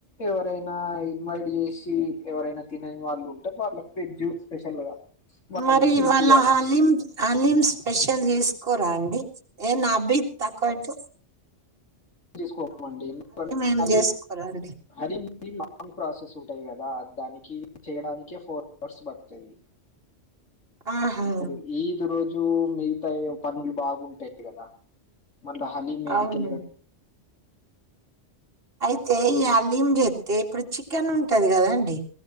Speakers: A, on the left; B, on the right.
A: ఎవరైనా ఇన్వైట్ చేసి ఎవరైనా తినని వాళ్ళు ఉంటే వాళ్ళకి వెజ్జ్ స్పెషల్ గా వండి
B: మరి
A: తినిపియాలి
B: ఇవాళ హలీం హాలిమ్స్ స్పెషల్ చేసుకోరా అండి ఏ నాభిత్ తక్వ వేట్టు
A: తీసుకోమ్ అండి ఎందుక్ అంటే
B: ఏం
A: హాలీమ్
B: చేసుకోరా అండి
A: హరిమ్ కి లాంగ్ ప్రాసెస్ ఉంటాయి గదా ఆ దానికి చేయడానికే ఫోర్ హవర్స్ పడుతుంది
B: ఆహా
A: ఇప్పుడు ఈద్ రోజు జో మిగ్తా ఎం పనులు బాగుంటాయి గదా మళ్ళా హాలీమ్ ఎడికెళ్లి
B: అవును
A: పెట్
B: అయితే ఈ అల్లీం జెత్తే ఇప్పుడు చికెన్ ఉంటది గదా అండి